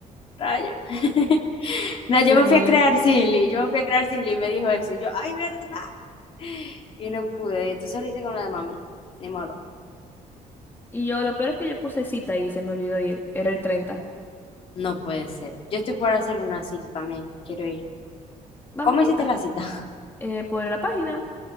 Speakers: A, on the left; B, on the left.
A: Rayo. <laughs> No, yo
B: Terrible.
A: me fui a crear Sinly Yo me fui a crear Sinly y me dijo eso. y yo, ay, ¿verdad? <laughs> Y no pude. Entonces lo hice con la de mami. Ni modo.
B: Y yo, lo peor es que yo puse cita y se me olvidó ir. Era el 30.
A: No puede ser. Yo estoy por hacer una cita también. Quiero ir.
B: Vamos
A: ¿Cómo
B: juntas.
A: hiciste la cita? <laughs>
B: Eh, por la página.